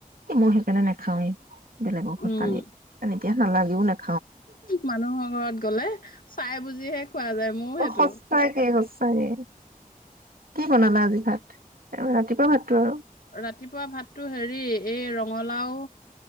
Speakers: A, on the right; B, on the left.
A: মই সেইকাৰণে নাখাওৱেই বেলেগৰ ঘৰত
B: উম
A: পানী চানি দিয়া। নালাগিলেও নাই।
B: মানুহৰ ঘৰত। গ'লে চাই বুজিহে। খোৱা যায় মোৰ সেইটো
A: অ সঁচা একেই সঁচা হয়। কি বনালা আজি? ভাত ৰাতিপুৱা ভাতটো আৰু
B: ৰাতিপুৱা ভাতো হেৰি এই ৰঙালাও